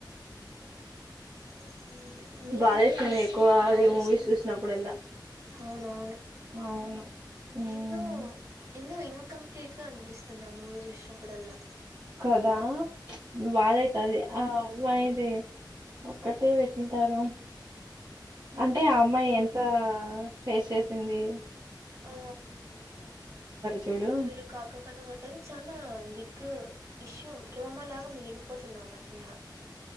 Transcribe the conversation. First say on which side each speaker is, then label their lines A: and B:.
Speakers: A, on the right; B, on the right.
A: ఉ మేము
B: బాధేస్తుంది
A: ఫేమస్
B: ఎక్కువ అది
A: బాదే
B: మూవీస్
A: ఇస్తుంది
B: చూసినప్పుడల్లా
A: అవున అవును
B: అవును ఉమ్
A: ఎందో ఏందొ ఇం కంప్లీట్ గా అనిపిస్తుంది ఆ మూవీ చూసినప్పుడల్లా
B: కదా బాద అయితాది ఇది ఒక్కటే పెట్టింటారు అంటే ఆ అమ్మాయి ఎంత ఫేస్ చేేసింది
A: ఆ
B: చూడు
A: ఎవరు కాక కుండా పోతారు చానా బిగ్ ఇష్యూ డ్రోమా లాగా మగిలిపోతుందామ ఇంగ